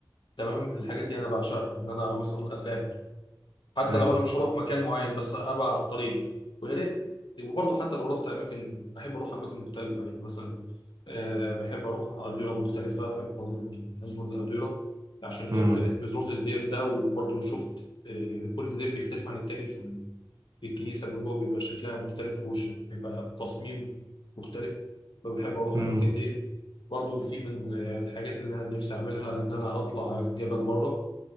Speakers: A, on the left (about 70°); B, on the right (about 45°).
A: تمام الحاجات دي انا بعشقها ان انا مثلا اسافر حتى
B: هاي
A: لو انا مش هروح مكان معين بس ابقى على الطريق ويا ريت وبرضه حتى لو رحت اماكن بحب اروح اماكن مختلفه يعني مثلا أه بحب اروح اديره مختلفه برضه يعني ازور الاديره عشان ايه
B: امم
A: بقى اسم زرت الدير ده وبرضه شفت آه، كل دير بيختلف عن التاني في في الكنيسه من جوه بيبقى شكلها مختلف وبيبقى تصميم مختلف فبحب اروح
B: امم
A: الاماكن دي برضه في من آه، الحاجات اللي انا نفسي اعملها ان انا اطلع جبل مره